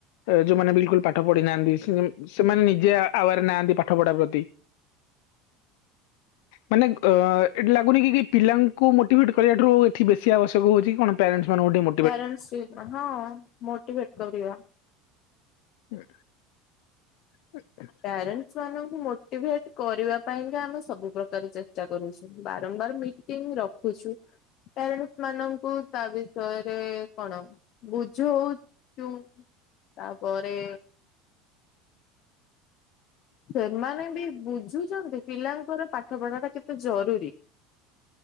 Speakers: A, on the left; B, on the left.
A: ଏ ଯୋଉମାନେ ବିଲକୁଲ ପାଠ ପଢି ନାହାନ୍ତି ସେ ସେମାନେ ନିଜେ ଆୱାର୍ ନାହାନ୍ତି ପାଠ ପଢା ପ୍ରତି। ତି। ମାନେ ଅ ଏଠି ଲାଗୁନି କି କି ପିଲାଙ୍କୁ ମୋଟିଭେଟ କରିବାଠୁ ଏଠି ବେଶୀ ଆବଶ୍ୟକ ହଉଛି କଣ? ପ୍ୟାରେଣ୍ଟସ୍ ମାନଙ୍କୁ ଟିକେ ମୋ
B: ପ୍ୟାରେଣ୍ଟସ୍ ଇ ହଁ ମୋଟିଭେଟ୍ କରିବା।
A: ହୁଁ। <unintelligible>
B: ପ୍ୟାରେଣ୍ଟସ୍ ମାନଙ୍କୁ ମୋଟିଭେଟ କରିବା ପାଇଁକା ଆମେ ସବୁ ପ୍ରକାର ଚେଷ୍ଟା କରୁଛୁ। ବାରମ୍ବାର ମି ମିଟିଁ ରଖୁଛୁ। ପ୍ୟାରେଣ୍ଟସ୍ ମାନଙ୍କୁ ତା ବିଷୟରେ କଣ? ବୁଝଉଚୁ। ତାପରେ ସେମାନେ ବି ବୁଝୁଚନ୍ତି। ପିଲାଙ୍କର ପାଠପଢା ଟା କେତେ ଜରୁରୀ।